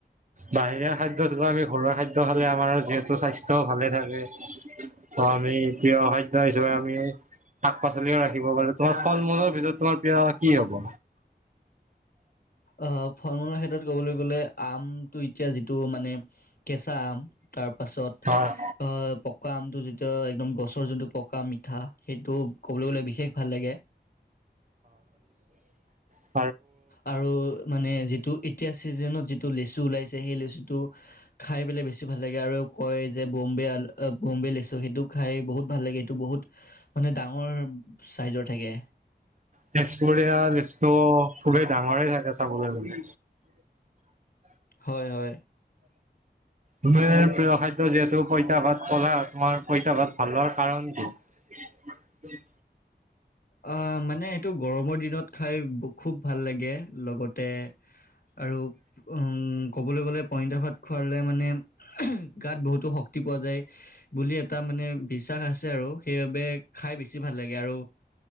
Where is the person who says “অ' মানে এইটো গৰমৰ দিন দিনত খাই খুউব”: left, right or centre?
Left